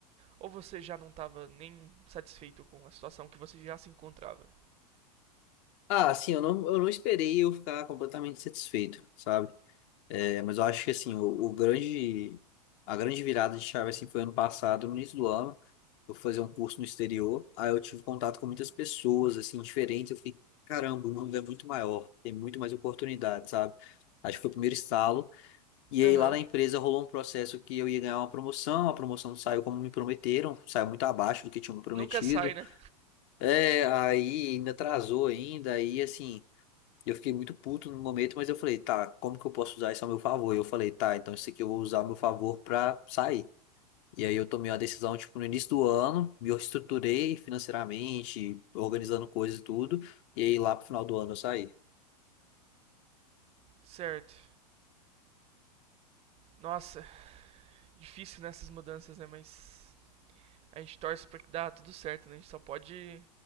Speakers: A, on the right; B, on the left.
A: Ou você já não tava nem satisfeito com a situação que você já se encontrava?
B: Ah, assim, eu não, eu não esperei eu ficar completamente satisfeito, sabe? É, mas eu acho que assim, o, o grande, a grande virada de chave assim, foi ano passado, no início do ano. Eu fui fazer um curso no exterior, aí eu tive contato com muitas pessoas assim, diferentes. Eu fiquei, caramba, o mundo é muito maior, tem muito mais oportunidades, sabe? Acho que foi o primeiro estalo. E aí
A: Aham.
B: lá na empresa
A: Uhum.
B: rolou um processo que eu ia ganhar uma promoção, a promoção não saiu como me prometeram, saiu muito abaixo do que tinham me prometido.
A: Nunca sai, né?
B: É, aí ainda atrasou ainda, aí assim, e eu fiquei muito puto no momento, mas eu falei, tá, como que eu posso usar isso ao meu favor? E eu falei, tá, então isso aqui eu vou usar ao meu favor pra sair. E aí eu tomei uma decisão, tipo, no início do ano, me reestruturei financeiramente, organizando coisas e tudo, e aí lá pro final do ano eu saí.
A: Certo. Nossa, difícil nessas mudanças, né? Mas a gente torce pra que dá tudo certo, né? A gente só pode